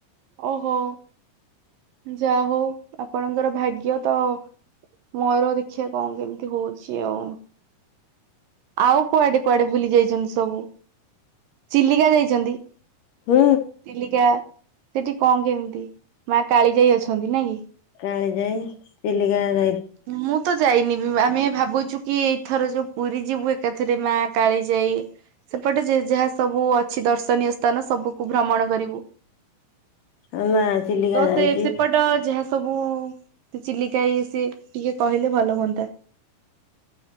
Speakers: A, on the right; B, on the left.
A: ଓ ହୋ ଯାହା ହଉ ଆପଣଙ୍କର ଭାଗ୍ୟ ତ ମୋର ଦେଖିବା କଣ କେମତି ହଉଚି ଆଉ। ଆଉ କୁଆଡେ କୁଆଡେ ବୁଲି ଯାଇଛନ୍ତି ସବୁ ଚିଲିକା ଯାଇଚନ୍ତି?
B: ହୁଁ।
A: ଚିଲିକା ସେଠି କଣ କେମତି ମା କାଳିଜାଇ ଅଛନ୍ତି ନା କି?
B: କାଳିଜାଇ। ଚିଲିକା ଯା
A: ମୁଁ ତ ଯାଇନି ବି ଆମେ ଭାବଚୁ କି ଏଥର ଯୋଉ ପୁରୀ ଯିବୁ ଏକାଥେରେ ମା କାଳିଜାଇ ସେପଟେ ଯେ ଯାହା ସବୁ ଅଛି ଦର୍ଶନୀୟ ସ୍ଥାନ ସବୁକୁ ଭ୍ରମଣ କରିବୁ।
B: ନା ଚିଲିକା
A: ତ
B: ଯାଇଛି
A: ସେ ସେପଟ ଯାହା ସବୁ ଚିଲିକା ଇଏ ସିଏ ଟିକେ କହିଲେ ଭଲ ହୁଅନ୍ତା।